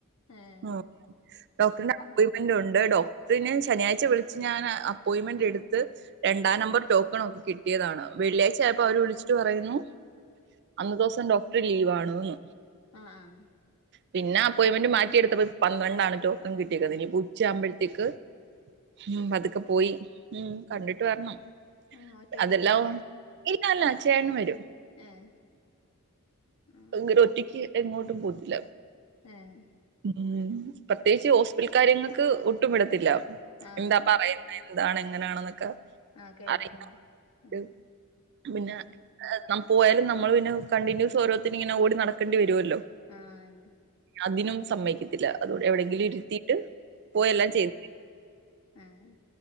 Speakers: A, on the left (about 70°); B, on the right (about 50°).
A: ഏഹ്
B: ആ ഡോക്ടന്റെ
A: ചെക്കപ്പ്
B: അപ്പൊയി - ഹസ്ബന്റുണ്ട് ഡോക്ടറിനെ ശനിയാഴ്ച വിളിച്ച് ഞാൻ അപ്പോയിന്റ്മെന്റ് എടുത്ത്- രണ്ടാം നമ്പർ ടോക്കൺ ഒക്കെ കിട്ടിയതാണ് വെള്ളിയാഴ്ച ആയപ്പോ അവര് വിളിച്ചിട്ട് പറയുന്നു- അന്നത്തെ ദിവസം ഡോക്ടർ ലീവ് ആണ്ന്ന്
A: ആഹ് ആഹ്
B: പിന്നെ അപ്പോയിന്റ്മെന്റ് മാറ്റിയേടുത്തപ്പോ പന്ത്രണ്ടാണ് ടോക്കൻ കിട്ടിയത് ഇനിപ്പോ ഉച്ച ആകുമ്പോഴത്തേക്ക്- ഉം പതുക്കെ പോയി ഉം കണ്ടിട്ട് വരണം
A: ആഹ് ഒറ്റക്ക്
B: അതെല്ലാ
A: പോവൂലേ
B: ഇല്ലല്ല ചേട്ടനും വരും
A: ഏഹ് ഉം
B: അങ്ങനെ ഒറ്റക്ക് എങ്ങോട്ടും പോയിട്ടില്ല
A: ഏഹ്
B: ഉം പ്രത്യേകിച്ച് ഹോസ്പിറ്റൽ കാര്യങ്ങൾക്ക് ഒട്ടും വിടത്തില്ല
A: ആഹ്
B: എന്താ
A: ആഹ്
B: പറയു എന്താണ് എങ്ങനെയാണെന്നൊക്കെ
A: ആഹ് കേൾക്ക്ണ്ട്
B: അറിയാൻ വേണ്ടീട്ട്
A: ഉം
B: പിന്ന
A: ഉം
B: പോയാലും നമ്മള് പിന്നെ കണ്ടിന്യൂസ് ഓരോരുത്തിന് ഇങ്ങനെ ഓടി നടക്കേണ്ടി വരുല്ലോ
A: ആഹ് അന്നെ
B: അതിനും സമ്മയ്ക്കത്തില്ല അതുകൊണ്ട് എവിടെങ്കിലും ഇരുത്തിട്ട് പോയെല്ലാം ചെയ്ത്
A: ഏഹ്